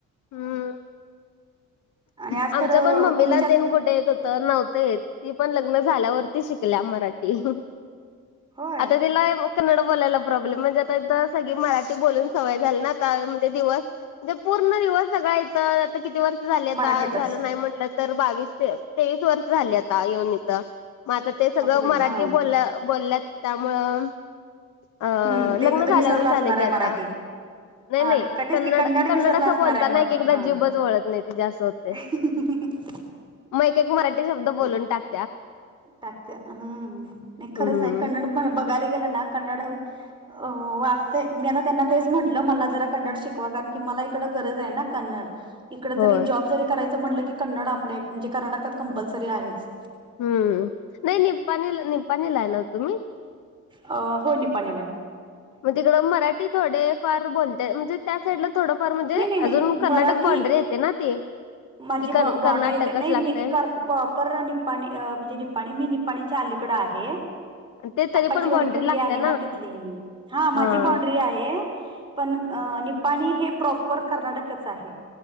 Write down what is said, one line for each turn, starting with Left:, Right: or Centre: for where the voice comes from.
Left: हम्म.
Right: आणि आज
Left: आमच्या
Right: खरं
Left: पण मम्मीला
Right: तुमच्यात
Left: तेन कुठे येत हो तर नव्हतं येत ती पण लग्न झाल्यावरती शिकल्या मराठी.
Right: होय
Left: आता तिला. कन्नड बोलायला प्रॉब्लेम म्हणजे आता इथ सगळी मराठी बोलून सवय झाली ना आता म्हणजे दिवस म्हणजे पूर्ण दिवस सगळा इथ आता किती वर्ष झा
Right: मराठीतच
Left: झालं नाही म्हटलं तर बावीस तेवीस वर्ष झाली आता येऊन इथ. मझ ते सगळं
Right: अगं बाई
Left: मराठी
Right: हा
Left: बोल बोलल्यात त्यामुळं अ
Right: हम्म
Left: लग्न
Right: ते आता
Left: झाल्यावरच
Right: विसरला असणार
Left: आले की
Right: आहे
Left: आता.
Right: मराठी
Left: नाही
Right: हा
Left: नाही
Right: का तेच
Left: कन्नड
Right: की
Left: कन्नड
Right: विसरला
Left: असं
Right: असणार
Left: बोलताना
Right: आहे मग
Left: एक एकदा
Right: हा
Left: जीभच वळत नाही तीजी आस होतेय.
Right: आणि
Left: मग एक एक मराठी शब्द बोलून टाक
Right: टाकत्या हम्म नाही खरंच
Left: हम्म
Right: आहे कन्नड बघायला गेलं ना कन्नड अ वाटतंय मी आता त्यांना तेच म्हटलं मला जरा कन्नड शिकवा कारण की मला इकडं गरज आहे ना. कन्नड इकड जरी
Left: होय
Right: जॉब जरी करायचं म्हटलं की कन्नड आपल्या म्हणजे कर्नाटकात कंपल्सरी आहेच.
Left: हम्म नाही निपाणीला निपाणीला हाय ना तुम्ही.
Right: अ हो निपाणीला हाय.
Left: मग तिकडं मराठी थोडे फार बोलते म्हणजे त्या साइडला थोडंफार म्हणजे
Right: नाही नाही नाही
Left: अजून कर्नाटक
Right: मराठी
Left: बाॉंडरी येते ना ती
Right: माझी
Left: कि
Right: बा
Left: कर
Right: बाॉंड्री
Left: कर्नाटकच
Right: येते नाही
Left: लागतंय.
Right: नाही कर प्रॉपर निपाणी म्हणजे निपाणी मी निपाणीच्या अलीकडं आहे.
Left: ते
Right: आप्पाची
Left: तरी पण
Right: वाडी
Left: बाँड्री
Right: कुर्ली
Left: लागत्या
Right: आहे ना.. तिथली हाय मी माझी
Left: हा.
Right: बांड्री आहे. पण निपाणी हे प्रॉपर कर्नाटकच आहे.